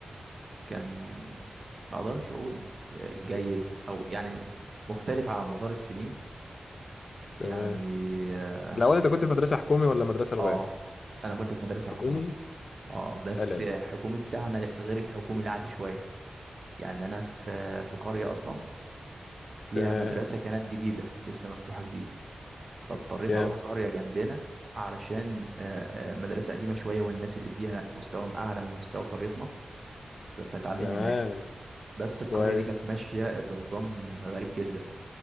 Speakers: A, on the right (about 50°); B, on the left (about 70°).
A: كان ما اقدرش اقول جيد او يعني مختلف على مدار السنين
B: تمام
A: يعني اه
B: الاول انت كنت في مدرسه حكومي ولا مدرسه لغات
A: آه، انا كنت في مدرسة حكومي
B: حكومي
A: اه بس
B: قلل
A: الحكومي بتاعنا غير الحكومي العادي شوية يعني انا في في قرية اصلا فيها
B: تمام
A: مدرسة كانت جديدة لسه مفتوحة جديدة فاضطريت
B: كامل
A: أروح قرية جنبنا علشان آه، آه، مدرسة قديمة شوية والناس اللي فيها مستواهم أعلى من مستوى قريتنا ف- فأتعلم
B: تمام
A: هناك بس القرية
B: كويس
A: دي كانت ماشية بنظام غريب جدا